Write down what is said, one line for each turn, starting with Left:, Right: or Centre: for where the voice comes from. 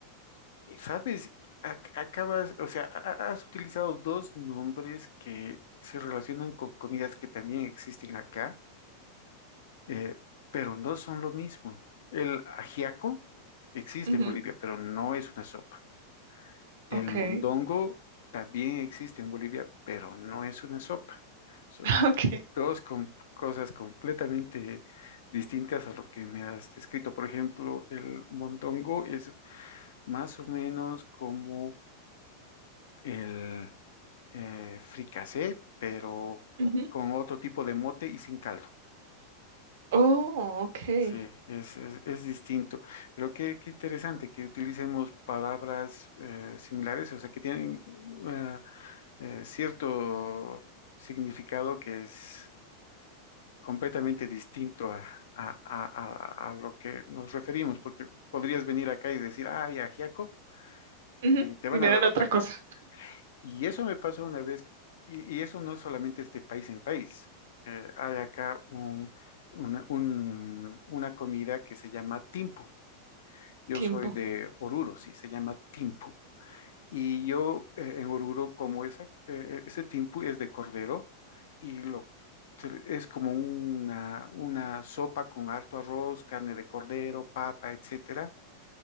Left: Y, ¿Sabes? Ac- Acabas, o sea, ha- has utilizado dos nombres que se relacionan con comidas que también existen acá, eh, pero no son lo mismo. El ajiaco existe
Right: Ujú,
Left: en Bolivia, pero no es una sopa. El
Right: Ok,
Left: mondongo también existe en Bolivia, pero no es una sopa. Son
Right: <laughs> ok.
Left: dos com- cosas completamente distintas a lo que me has descrito. Por ejemplo, el mondongo es más o menos como el eh, fricasé, pero
Right: ujú.
Left: con otro tipo de mote y sin caldo.
Right: Oh, ok.
Left: Sí, es, es, es distinto. Creo que qué interesante que utilicemos palabras eh, similares, o sea, que tienen eh, eh, cierto significado que es completamente distinto a, a- a- a- a lo que nos referimos, porque podrías venir acá y decir, ay, ajiaco,
Right: ujú.
Left: y te van
Right: Y me
Left: a
Right: dan
Left: dar
Right: otra
Left: otra
Right: cosa.
Left: cosa. Y eso me pasó una vez, y, y eso no solamente es de país en país. Eh, hay acá un- una, un- una comida que se llama timpu. Yo
Right: Tiempo.
Left: soy de Oruro, sí, se llama timpu. Y yo eh, en Oruro como esa, eh, ese tiempo es de cordero y lo, se- es como una, una sopa con harto arroz, carne de cordero, papa, etcétera.